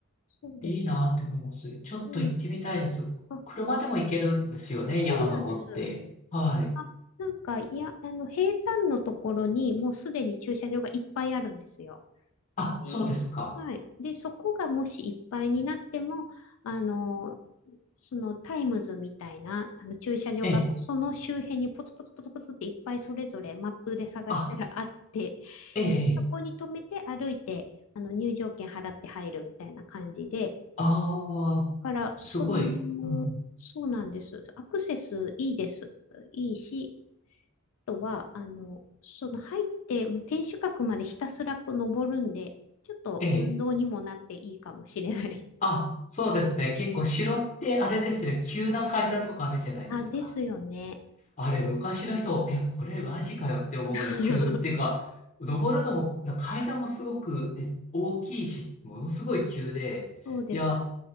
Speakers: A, on the left; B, on the left.
A: そうです。
B: いいなって思います。ちょっと行ってみたいです。
A: うん。あ
B: 車でも行けるんですよね、山登って。
A: そうなんです。
B: はい。
A: あ、なんか、いや、あの、平坦のところにもうすでに駐車場がいっぱいあるんですよ。
B: あ、
A: で、
B: そうですか。
A: はい。で、そこがもしいっぱいになっても、あの、そのタイムズみたいなあの駐車場がその周辺にポツポツポツポツっていっぱいそれぞれマップで探したらあって、
B: ええ、あ、ええ、ええ、
A: そこに止めて歩いて、あの入場券払って入るみたいな感じで、
B: ああ、
A: だから、
B: すごい。
A: その、
B: うん、
A: そうなんです。アクセスいいです。いいし、とは、あの、その入って、もう天守閣までひたすらこう登るんで、ちょっと運動にもなっていいかもしれない。
B: ええ、あ、そうですね。結構城ってあれですね、急な階段とかあるじゃないですか。
A: <laughs> あ、ですよね。
B: あれ、昔の人、え、これマジかよって思うぐらい急っていうか、
A: <laughs>
B: 登るのも、だ階段もすごく、ね、大きいし、ものすごい急で、
A: そうです。
B: いや、